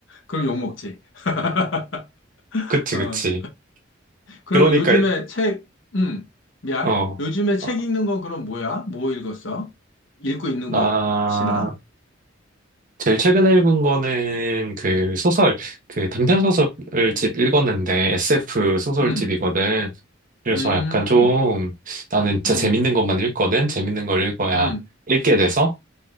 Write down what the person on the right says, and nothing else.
그치,
그치.
그러니까,
어,
어,
나,
제일 최근에 읽은 거는 그 소설, 그 단편 소설집 읽었는데 SF 소설집이거든.
그래서
약간 좀 나는 진짜
재밌는 것만 읽거든. 재밌는 걸 읽어야
읽게 돼서.